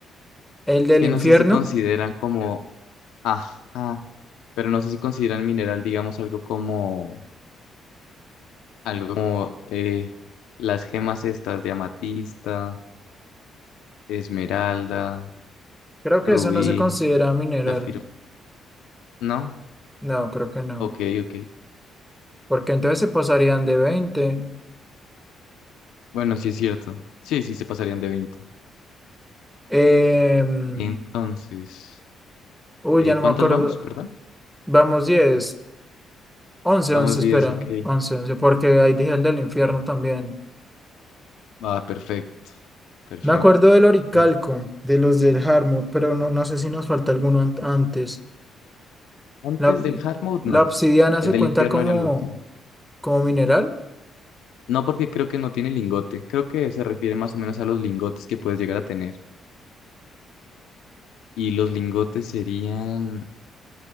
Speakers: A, in the centre; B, on the left.
A: el
B: Es
A: del
B: que
A: infierno.
B: no sé si consideran como, ajá, pero no sé si consideran mineral, digamos, algo como, algo como eh, las gemas estas de amatista, esmeralda.
A: Creo
B: Rubí,
A: que eso no se considera mineral.
B: Zafiro. ¿No?
A: No, creo que no.
B: Ok, ok.
A: Porque entonces se pasarían de veinte
B: Bueno, sí es cierto. Sí, sí se pasarían de 20.
A: Em,
B: Entonces,
A: uy,
B: eh,
A: ya no
B: ¿cuántas
A: me acuerdo.
B: vamos? Perdón.
A: Vamos, diez once
B: Vamos
A: once espera.
B: diez, ok.
A: once once porque ahí dije el del infierno también.
B: Va, perfecto. Perfecto.
A: Me acuerdo del Oricalco,
B: En-
A: de los del Harmut, pero no, no sé si nos falta alguno an- antes.
B: Antes
A: La,
B: del hard mode,
A: la
B: no.
A: obsidiana
B: El
A: se
B: del
A: cuenta
B: infierno
A: como,
B: era el último.
A: como mineral.
B: No, porque creo que no tiene lingote. Creo que se refiere más o menos a los lingotes que puedes llegar a tener. Y los lingotes serían